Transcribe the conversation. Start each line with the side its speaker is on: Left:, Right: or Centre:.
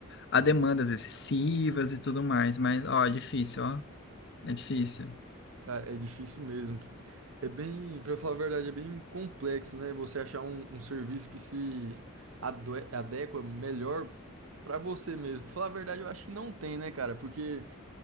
Left: a demandas excessivas e tudo mais. Mas, ó, é difícil, ó. É difícil.
Right: Cara, é difícil mesmo. É bem, pra falar a verdade, é bem complexo, né? Você achar um, um serviço que se adue- adequa melhor pra você mesmo. Pra falar a verdade, eu acho que não tem, né, cara? Porque